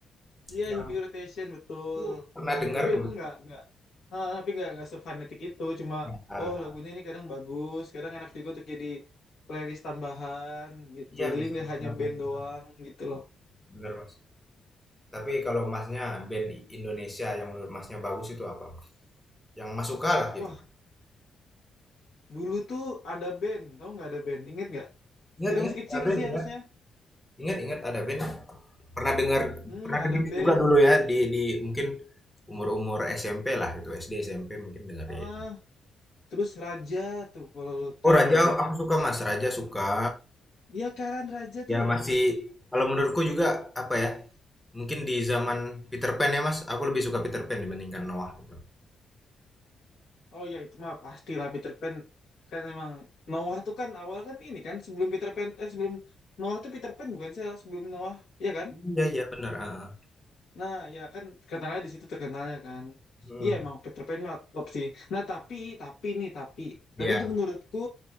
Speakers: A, on the left (about 60°); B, in the centre.
A: Iya,
B: Yang
A: heavy rotation betul.
B: aku pernah dengar
A: Tapi
B: dulu.
A: aku nggak nggak, ah, tapi nggak nggak sefanatik itu. Cuma,
B: Ya,
A: oh lagunya ini kadang bagus, kadang enak juga untuk jadi playlist tambahan gitu.
B: iya
A: Jadi
B: bisa.
A: nggak hanya
B: Benar,
A: band
B: benar, benar.
A: doang gitu loh.
B: Mas. Tapi kalau Masnya band I- Indonesia yang menurut Masnya bagus itu apa? Yang Mas suka lah gitu.
A: Wah, dulu tuh ada band, tau nggak ada band? Ingat nggak?
B: Ingat,
A: Kita
B: ingat
A: masih kecil
B: ada band,
A: sih harusnya.
B: ingat. Ingat, ingat ada band. Pernah dengar,
A: Hmm,
B: pernah
A: ada
B: dengar
A: band.
B: juga dulu ya di di mungkin umur-umur SMP lah itu SD SMP mungkin dengar ya.
A: ah terus Raja tuh, kalau lo tahu
B: Oh Raja,
A: Raja.
B: aku suka Mas. Raja suka.
A: Iya kan, Raja tuh.
B: Ya masih kalau menurutku juga apa ya? Mungkin di zaman Peter Pan ya Mas, aku lebih suka Peter Pan dibandingkan Noah gitu.
A: Oh ya itu mah pastilah Peter Pan kan emang Noah tuh kan awal kan ini kan sebelum Peter Pan eh sebelum Noah tuh Peter Pan bukan sih sebelum Noah ya kan?
B: Iya iya benar. heeh.
A: Nah ya kan terkenalnya di situ terkenalnya kan.
B: Hmm,
A: Iya emang Peter Pan mah top sih. Nah tapi tapi nih tapi
B: ya,
A: tapi itu menurutku